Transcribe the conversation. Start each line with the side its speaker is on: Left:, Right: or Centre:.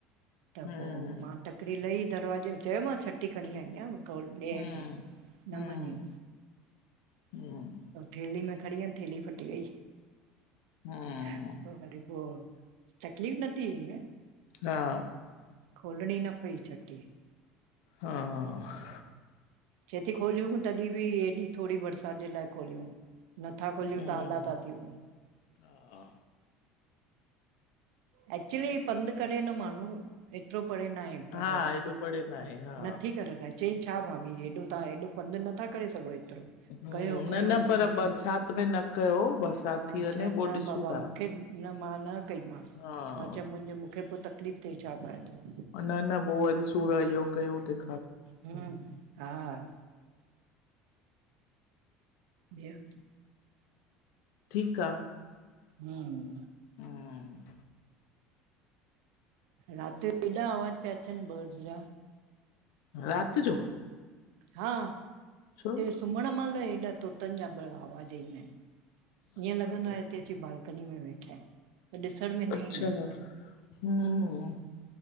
Right: त
Left: हम्म
Right: पोइ मां तक हिकड़ी लई दरवाजे, चयो मां छठी खणी आईं आहियां मुखे ॾियें
Left: हम्म
Right: ॾंए में, न
Left: हम्म
Right: मञे।
Left: हम्म
Right: थेली में खणी वियो, थेली फटी वयी,
Left: हम्म
Right: पो वरी पो तकलीफ़ न थी इयं,
Left: हा
Right: खोलणी न पई छट्री
Left: हा।
Right: चये ती खोलियूं तॾहिं बि एॾी, थोङी बरसात जे लाए खोलियूं। नथा खोलियूं
Left: हम्म
Right: त आला था थियूं।
Left: हा
Right: एक्चुली पंधु करे न माण्हू एतिरो परे न आहे। पर
Left: हा हेॾो परे न आहे हा
Right: नथी करे सघ चईं -छा भाभी हेॾो तां हेॾो पंधु नथा करे सघो एतिरो?
Left: हम्म
Right: कयो कयो
Left: न न
Right: हीअं
Left: पर बरसात
Right: थियो,
Left: में न कयो बरसात
Right: मां
Left: थी वञे
Right: चयो
Left: पो
Right: न
Left: ॾिसूं
Right: बाबा
Left: था
Right: मूंखे न मां न कई मांसि।
Left: हा
Right: मां चयो मुंहिंजो मूंखे पो तकलीफ़ थिए छा फायदो।
Left: न न पो वरी सूर इहो कयो ते।
Right: हम्म, हा। ॿियो?
Left: ठीक आ।
Right: हम्म।
Left: हम्म।
Right: रात जो हेॾा आवाज पया अचनि बर्डंस जा।
Left: राति जो
Right: हा
Left: छो
Right: सुम्हण मइल एॾा तोतन जा आवाज ईंदा आहिन,
Left: अरे
Right: ईअं लॻंदो
Left: बाप रे
Right: आ हिते अची बालकनी में वेठा आहिन त ॾिसण में न
Left: अच्छा
Right: ईंदा आहिन।
Left: हम्म,